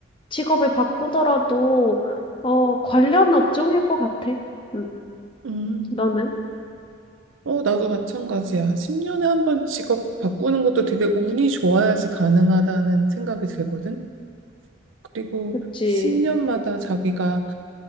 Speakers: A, on the left; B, on the right.
A: 직업을 바꾸더라도, 어, 관련 업종일 것 같아. 응,
B: 음.
A: 너는?
B: 어, 나도 마찬가지야. 10년에 한 번 직업 바꾸는 것도 되게 운이 좋아야지 가능하다는 생각이 들거든. 그리고
A: 그치.
B: 10년마다 자기가